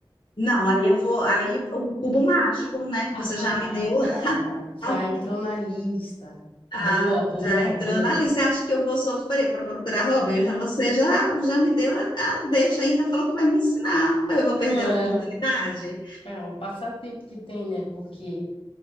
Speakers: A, on the left; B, on the left.
A: não, aí eu vou, aí o cubo mágico, né, que
B: Ah,
A: você já me deu, <laughs>
B: tá. Já
A: a-
B: entrou na lista.
A: a-
B: Boa, boa,
A: já entrou
B: boa.
A: na lista. Você acha que eu vou sofrer para procurar hobby? Eu já, você já, já me deu a, a deixa ainda, falou que vai me ensinar. Eu vou
B: É
A: perder
B: uma-
A: a oportunidade.
B: é um passatempo que tem, né? Porque